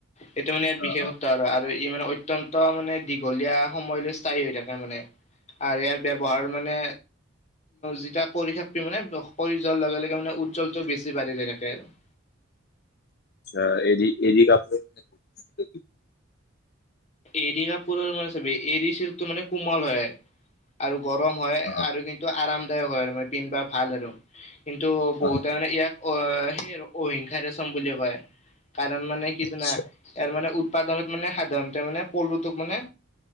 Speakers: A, on the left (about 35°); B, on the left (about 50°).
A: এইটো মানে ইয়াৰ বিশেষত্ব
B: অ', অ',
A: আৰু-আৰু ই মানে অত্যন্ত মানে দীঘলীয়া সময়লৈ স্থায়ী হৈ থাকে মানে। আৰু ইয়াৰ ব্যৱহাৰ মানে যেতিয়া কৰি থাকি মানে কৰি যোৱাৰ লগে লগে মানে উজ্জ্বলটো বেছি বাঢ়ি যৈ থাকে আৰু। <inaudible>
B: অ' এৰি এৰি কাপটোত <unintelligible>
A: এৰী কাপোৰৰ মানে চবি এৰী চিল্কটো মানে কোমল হয় আৰু গৰম হয়
B: অ',
A: আৰু কিন্তু আৰামদায়ক হয় আৰু মানে পিন্ধিবা ভাল আৰু কিন্তু
B: অ'।
A: বহুতে মানে ইয়াক অ' সেই আৰু অহিংসা ৰেচম বুলি কয়। কাৰণ মানে কি
B: আচ্ছা
A: জানা ইয়াৰ মানে উৎপাদনত মানে সাধাৰণতে মানে পলুটোক মানে